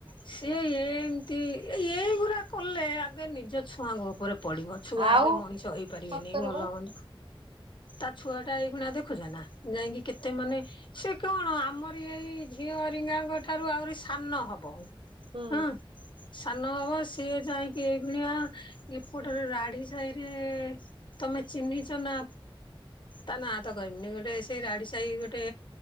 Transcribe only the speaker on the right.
ଆଉ
ସତରେ
ବା
ହୁଁ